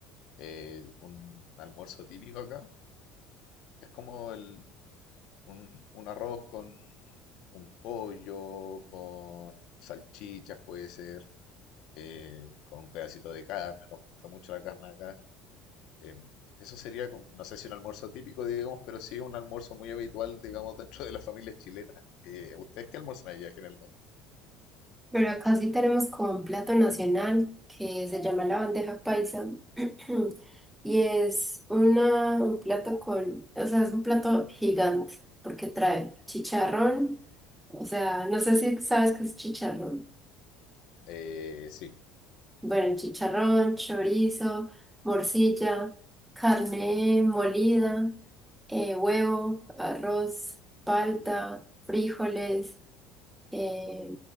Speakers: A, on the left; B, in the centre.
A: eh, un almuerzo típico acá es como el, un, un arroz con un pollo, con salchichas puede ser, eh, con un pedacito de carne, nos gusta mucho la carne acá. eh, eso sería, como- no sé si un almuerzo típico, digamos, pero sí un almuerzo muy habitual, digamos, dentro de las familias chilenas. Eh, ¿ustedes qué almuerzan allá generalmente?
B: Pero acá sí tenemos como un plato nacional que se llama la bandeja paisa. <clears throat> Y es una, un plato con, o sea, es un plato gigante porque trae chicharrón. O sea, no sé si sabes qué es chicharrón.
A: Eh, sí,
B: Bueno, chicharrón, chorizo, morcilla, carne molida, eh, huevo, arroz, palta, frijoles, eh,